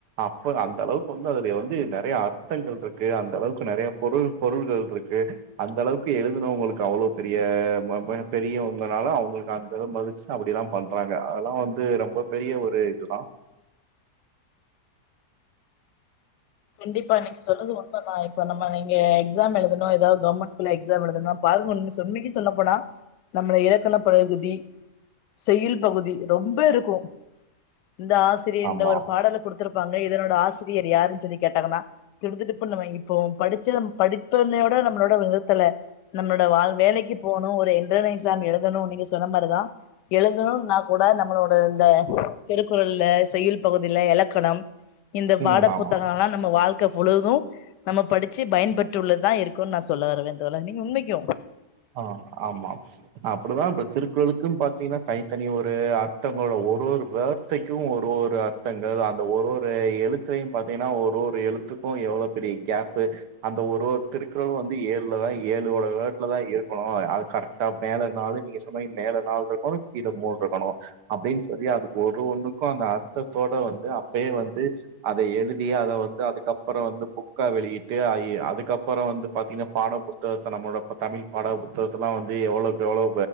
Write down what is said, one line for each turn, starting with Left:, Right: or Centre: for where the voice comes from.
Right: அப்ப, அந்த அளவுக்கு வந்து அதுல வந்து நறைய அர்த்தங்கள்ருக்கு. அந்த அளவுக்கு நறைய பொருள் பொருள்கள்ருக்கு. அந்த அளவுக்கு எழுதுனவங்களுக்கு அவ்வளோ பெரிய ம ம பெரியவங்கனால அவங்களுக்கு அந்த அளவு மதிச்சு அப்டில்லா பண்றாங்க. அதெல்லா வந்து ரொம்ப பெரிய ஒரு இதுதா
Left: கண்டிப்பா, நீங்க சொல்றது உண்மதா. இப்ப நம்ம நீங்க எக்ஸாம் எழுதணு ஏதாவது கவர்மெண்ட்டுள்ள எக்ஸ எழுதனும். வார்கோன் நீங் சொன்னிங் சொல்ல போனா நம்ள ஏதேன்னோ பகுதி செய்யுள் பகுதி ரொம்ப இருக்கு இந்த ஆஷ் திடீர்னு
Right: ஆமா
Left: ஒரு பாடல குடுத்துருப்பாங்க இதனோட ஆசிரியர் யாருன்னு சொல்லி கேட்டாங்கென்னா திடு திடுப்புன்னு மயங்கி இப்போ படிச்ச படிப்ப என்னையோட நம்மளோட வெத் தெர்ல்ல நம்மளோட வாழ் மேலைக்கு போணு ஒரு என்டேர் எக்ஸா எழுதணு நீங்க சொன்ன மாரிதா எழுதணும்னா கூட நம்மளோட இந்த திருக்குறள்ள செய்யுள் பகுதியில எலக்கணம் இந்த பாடப்புத்தகம்
Right: ம் ஆமா
Left: எல்லா நம்ம வாழ்க்கை புழுகு நம்ம படிச்சு பயன்பட்டுள்ளதுதா இருக்குனு நா சொல்ல வரவே தொழா நீங்க உண்மைக்கு
Right: ஆ ஆமா அப்புடுதா இப்ப திருக்குறளுக்குன்னு பாத்தீங்கன்னா தனி தனி ஒரு அர்த்தங்களோட ஒரு ஒரு ஃவெர் த்தைக்கு ஒரு ஒரு அர்த்தங்கள் அந்த ஒரு ஒரு எழுத்தையு பாத்தீங்கன்னா ஒரு ஒரு எழுத்து இப்போ எவ்ளோ பெரிய ஃகேப்பு அந்த ஒரு திருக்குறள் வந்து ஏழுல தா ஏழோட ஃவெர்ட்டுல தா இருக் குனு அது கரெக்டா மேல நாளு நீங்க சொல்லங்களே மேல நாள் இருக்கணு கீழ மூண் இருக்கணு அப்டின்னு செரி ஆகட் ஒரு ஒண்ணுக்கு அந்த அர்த்தத்தோட வந்து அப்பயே வந்து அத எழுதி அத வந்து அதுக்கப்பற வந்து புக் கா வெளியிட்டு அய் அதுக்கப்பறோ வந்து பாத்தீங்கன்னா பாட புஸ்தகத்த நம்மளோட இப்ப தமிழ் பாடப் புத்தகத்த எல்லா வந்து எவ்ளோவுக்கு எவ்ளோ